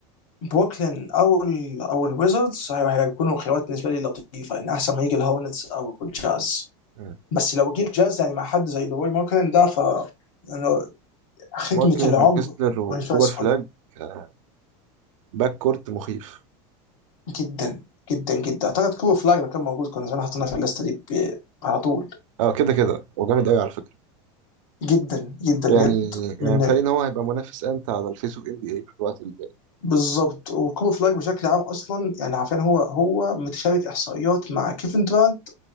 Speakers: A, on the left (about 85°); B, on the right (about 80°).
A: بروكلين او ال او الويزردز هيكونوا خيارات بالنسبه لي لطيفه يعني احسن ما يجي الهورنتس او الجاز
B: مم.
A: بس لو جه الجاز يعني مع حد زي لوي ماركلين ده ف يعني خدمه
B: مارتن
A: العمر
B: وكسلر وكوبر
A: كونفاس
B: فلاج آه، باك كورت مخيف
A: جدا جدا جدا اعتقد كوبر فلاج لو كان موجود كنا زمان حطيناه في الليسته دي ب- على طول
B: اه كده كده وجامد قوي على فكره
A: جدا جدا
B: يعني
A: بجد
B: يعني
A: من
B: بيتهيألي ان هو هيبقى منافس امتع على الفيس اوف ام بي اي في الوقت اللي جاي
A: بالظبط وكوبر فلاج بشكل عام اصلا يعني عارفين هو هو متشارك احصائيات مع كيفن دورانت